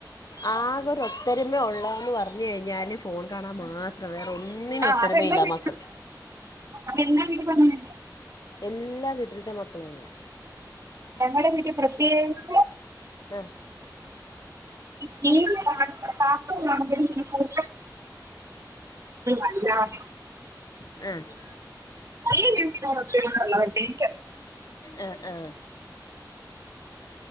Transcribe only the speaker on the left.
ആകെ ഒരുത്തൊരുമ ഉള്ളതെന്ന് പറഞ്ഞഞ് കഴിഞ്ഞാൽ ഫോൺ കാണാൻ മാ അത്ര വേറെ ഒന്നിനും
ഒത്തരമയില്ല
മക്കൾ.
എല്ലാ വീട്ടിൽത്ത മക്കളും അങ്ങനെയ.
അ
ഏ <unintelligible> <inaudible>
ആ ആ